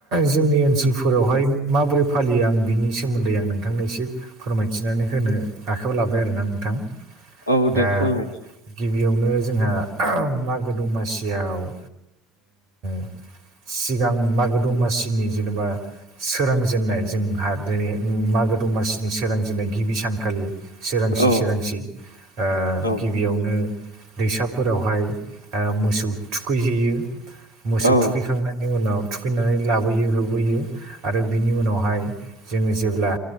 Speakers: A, on the right (about 50°); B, on the left (about 80°).
A: जोंनि ओनसोलफोरावहाय माबोरै फालियो आं बिनि सोमोन्दै आं नोंथांनो एसे फोरमायथिनानै होनो आखायावायाव लाबाय आरोना नोंथां
B: औ
A: दा
B: दे फोरमाय
A: गिबियावनो जोंहा मागो दमासियाव ओ सिगां मागो दमासिनि जेनेबा सोरांजेननाय जोंहा दिनै मागो दमासि नि सोरांजेननाय गिबि सानखालि सोरांसि
B: औ
A: सोरांसि ओ
B: औ
A: गिबियावनो दैसा फोरावहाय मोसौ थुखैहैयो मोसौ
B: औ
A: थुखैखांनायनि उनाव थुखैनानै लाबोयो होबोयो आरो बिनि उनावहाय जोङो जेब्ला